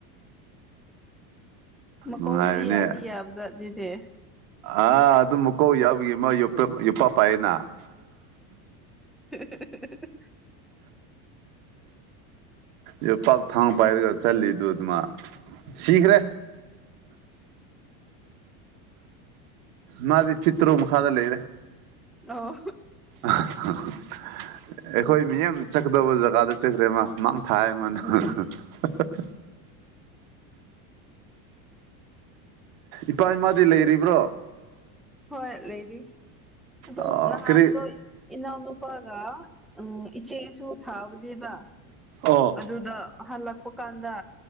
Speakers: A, in the centre; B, on the right.
A: ꯃꯀꯣꯛꯗꯤ
B: ꯅꯨꯡꯉꯥꯏꯕꯅꯦ
A: ꯌꯥꯗꯤ- ꯌꯥꯕꯖꯥꯠꯅꯤꯅꯦ
B: ꯑꯥ ꯑꯗꯨꯝ ꯃꯀꯣꯛ ꯌꯥꯎꯕꯩ ꯃꯥ ꯌꯣꯄꯥ ꯌꯣꯄꯥꯛ ꯄꯥꯏꯌꯦꯅꯥꯕ
A: INAUDIBLE
B: ꯌꯣꯄꯥꯛ ꯊꯥꯡ ꯄꯥꯏꯔꯒ ꯆꯠꯂꯤꯗꯨ ꯃꯥ ꯁꯤꯒ꯭ꯔꯦ ꯃꯥꯗꯤ ꯐꯤꯠ ꯇꯔꯨꯛ ꯃꯈꯥꯗ ꯂꯩꯔꯦ
A: ꯑꯣ
B: ꯑꯥꯍꯥ ꯍꯥ ꯍꯥ ꯑꯩꯈꯣꯏ ꯃꯤꯌꯥꯝ ꯆꯠ ꯀꯗꯕ ꯖꯒꯥꯗ ꯆꯠꯈ꯭ꯔꯦ ꯃꯥ ꯃꯥꯡ ꯊꯥꯏꯌꯦ ꯃꯥꯅ
A: ꯎꯝ
B: ꯍꯥ ꯍꯥ ꯏꯄꯥ-ꯏꯃꯥꯗꯤ ꯂꯩꯔꯤꯕ꯭ꯔꯣ
A: ꯍꯣꯏ ꯂꯩꯔꯤ ꯑꯗꯣ
B: ꯑ
A: ꯅꯥꯍꯥꯟꯗꯣ
B: ꯀꯔꯤ
A: ꯏꯅꯥꯎꯅꯨꯄꯥꯒ ꯑꯣꯑꯣ ꯏꯆꯦꯁꯨ ꯊꯥꯕꯅꯦꯕ
B: ꯑꯣ
A: ꯑꯗꯨꯗ ꯍꯜꯂꯛꯄ ꯀꯥꯟꯗ